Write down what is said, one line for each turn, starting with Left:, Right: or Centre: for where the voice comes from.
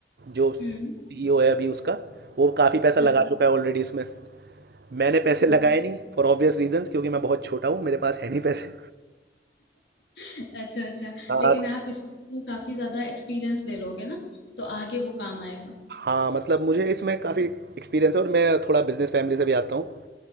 Right: जो
Left: हम्म
Right: सीईओ है अभी उसका वो काफ़ी पैसा
Left: हम्म
Right: लगा चुका है ऑलरेडी इसमें मैंने पैसे
Left: <laughs>
Right: लगाए
Left: ओ।
Right: नहीं फॉर ऑब्वियस रीजंस क्योंकि मैं बहुत छोटा हूँ मेरे पास है नहीं पैसे
Left: अच्छा अच्छा
Right: हाँ
Left: लेकिन आप इसके थ्रू काफी ज्यादा एक्सपीरियंस ले लोगे ना तो आगे वो काम आएगा
Right: हाँ मतलब मुझे इसमें काफ़ी एक्सपीरियंस है और मैं थोड़ा बिजनेस फैमिली से भी आता हूँ